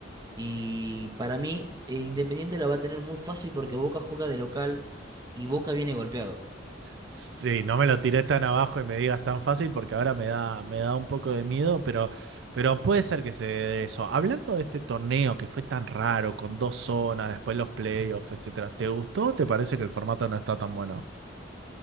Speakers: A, on the right (about 20°); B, on the right (about 65°).
A: Y para mí, eh, Independiente la va a tener muy fácil porque Boca juega de local y Boca viene golpeado.
B: Sí, no me lo tiré tan abajo y me digas tan fácil porque ahora me da, me da un poco de miedo, pero, pero puede ser que se dé eso. Hablando de este torneo que fue tan raro, con dos zonas, después los playoffs, etcétera, ¿te gustó o te parece que el formato no está tan bueno?